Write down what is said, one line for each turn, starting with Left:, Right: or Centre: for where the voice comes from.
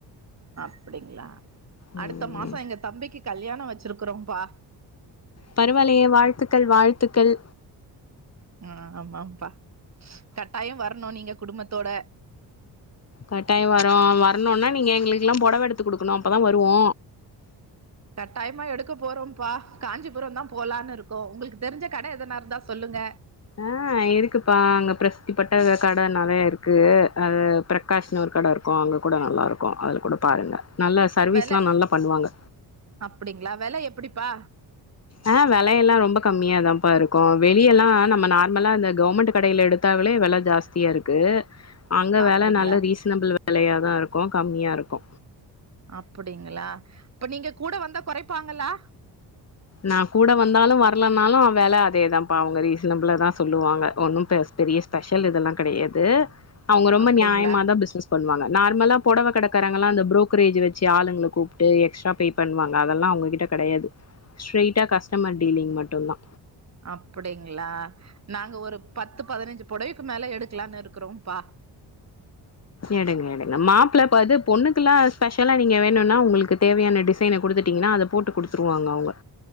Right: அப்பிடிங்களா
Left: ம்
Right: அடுத்த மாசோ எங்க தம்பிக்கு கல்யாணோ வச் சிருக்கிறோம்ப்பா
Left: பரவால்லயே வாழ்த்துக்கள் வாழ்த்துக்கள்
Right: ஆ ஆமாம்ப்பா கட்டாயோ வரணு நீங்க குடும்பத்தோட
Left: கட்டாயோ வரோ வரணுன்னா நீங்க எங்களுக்கெல்லா பொடவ எடுத்து குடுக்கணு அப்பதா வருவோ
Right: கட்டாயமா எடுக்க போறோம்ப்பா காஞ்சிபுரம்தா போலான்னு இருக்கோ. உங்களுக்கு தெரிஞ்ச கட எதனா இருந்தா சொல்லுங்க.
Left: ஆ இருக்குப்பா அங்க பிரசித்திப்பட்ட கட நெறைய இருக்கு. அது பிரகாஷ்ன்னு ஒரு கட இருக்கு அங்க கூட நல்லா இருக்கு அதுல கூட பாருங்க. நல்லா சர்வீஸ்லா
Right: வெல
Left: நல்லா பண்ணுவாங்க
Right: அப்பிடிங்களா வெல எப்பிடி ப்பா
Left: ஆ வெலையெல்லா ரொம்ப கம்மியாதாம்ப்பா இருக்கு வெளிய எல்லா நம்ம நார்மலா இந்த கவர்மெண்ட் கடையில எடுத்தாவலே வெல ஜாஸ்தியா இருக்கு அங்க
Right: அப்டிங்களா
Left: வெல நல்ல ரீசனபிள் வெலையாதா இருக்கு கம்மியா இருக் கு
Right: அப்பிடிங்களா அப்ப நீங்க கூட வந்தா கொறைப்பாங்களா?
Left: நா கூட வந்தாலு வரலனாலு வெல அதேதாம்ப்பா அவங்க ரீசனபிளாதா சொல்லுவாங்க ஒன்னும் பெ பெரிய ஸ்பெஷ ல் இதெல்லா கெடையாது அவுங்க ரொம்ப
Right: அப்டிங்களா
Left: நியாயமாதா பிசினஸ் பண்வாங்க. நார்மலா பொடவ கடக்காரங்கல்லா அந்த ப்ரோக்கரேஜ் வச்சு ஆளுங்கள கூப்ட்டு எக்ஸ்ட்ரா பே பண்ணுவாங்க அதெல்லா அவுங்ககிட்ட கெடையாது ஸ்ட்ரெய்ட்டா கஸ்டமர் டீலிங் மட்டுந்தா
Right: அப்பிடிங்களா நாங்க ஒரு பத்து பதினஞ்சு பொடவைக்கு மேல எடுக்கலானு இருக்றோப்பா
Left: எடுங்க எடுங்க மாப்பிள்ப்பது பொண்ணுக்குல்லா ஸ்பெஷலா நீங்க வேணுன்னா உங்களுக்கு தேவையான டிசைன குடுத்துட்டீங்கன்னா அத போட்டு குடுத்துருவாங்க அவுங்க